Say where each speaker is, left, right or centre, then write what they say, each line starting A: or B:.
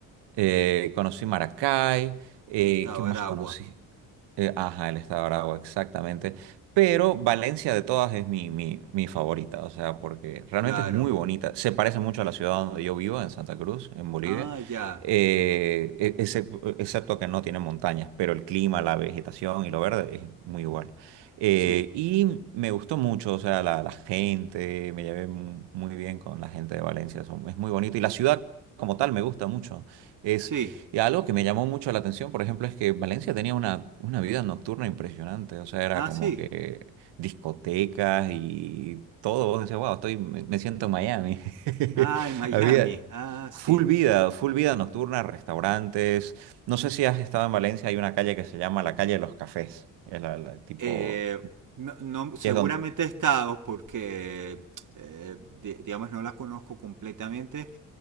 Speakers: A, on the right; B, on the right.
A: Eh, conocí Maracay. eh,
B: está
A: ¿qué
B: Aragua,
A: más conocí? Eh, ajá, el estado de Aragua, exactamente. Pero Valencia de todas es mi, mi, mi favorita, o sea, porque realmente
B: claro.
A: es muy bonita. Se parece mucho a la ciudad donde yo vivo, en Santa Cruz, en Bolivia,
B: Ah, ya,
A: eh, e- excep- excepto que no tiene montañas, pero el clima, la vegetación y lo verde es muy igual. Eh,
B: sí,
A: y me gustó mucho, o sea, la, la gente, me llevé mu- muy bien con la gente de Valencia, son- es muy bonito. Y la ciudad como tal me gusta mucho.
B: sí.
A: Y algo que me llamó mucho la atención, por ejemplo, es que Valencia tenía una, una vida nocturna impresionante. O sea, era
B: Ah,
A: como
B: sí.
A: que discotecas y todo. Vos decías, wow, estoy, me, me siento en Miami. <laughs>
B: Ah, en Miami,
A: Había
B: ah,
A: full
B: sí.
A: vida, full vida nocturna, restaurantes. No sé si has estado en Valencia, hay una calle que se llama la calle de los cafés. Es la, la- tipo,
B: eh, no, no- seguramente
A: que es donde,
B: he estado porque, eh, di- digamos, no la conozco completamente.